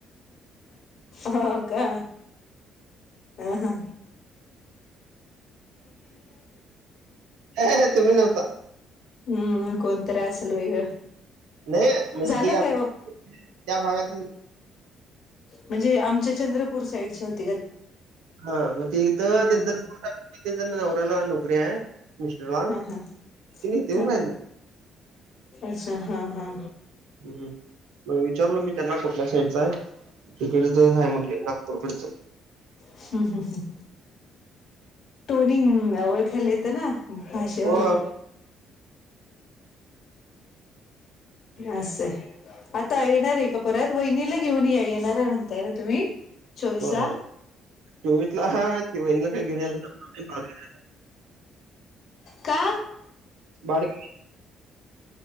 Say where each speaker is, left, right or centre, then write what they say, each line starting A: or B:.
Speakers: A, on the left; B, on the right.
A: हो का हम हा
B: तुम्ही नव्हता
A: हम्म कोणत असल वेगळ
B: नाही म्हणजे
A: झालं
B: ती आम-
A: काय हो
B: त्या भागातली
A: म्हणजे आमच्या चंद्रपूर साईड होते
B: हा मग तिथ
A: हम्
B: त्यांच नवऱ्याला नोकरी आहे मिस्टर वान
A: हा
B: तुम्ही
A: हा
B: इथे येऊन
A: हा
B: राहिलात.
A: अच्छा हा हा.
B: हम्म म विचारलो मी त्यांना कुठल्या शेचा आहे तिकडच म्हटले नाग ''--'' पुरपडच.
A: हम हम हम. टोनिंग ओळखायला येतं ना भाषेवरून.
B: होय.
A: अस हाय. आता येणार आहे का परत वहिनीला घेऊन या येणार आहे म्हणताय ना तुम्ही. चोवीस
B: हो
A: ला
B: हो चोवीसला हा वहिणीला काही घेण्याला द नाही बा <unintelligible>
A: का.
B: भाडं किती.